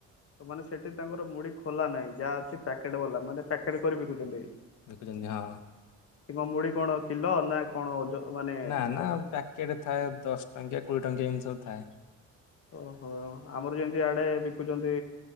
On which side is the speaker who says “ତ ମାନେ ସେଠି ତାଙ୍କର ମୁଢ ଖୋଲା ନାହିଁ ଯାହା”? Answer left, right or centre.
Left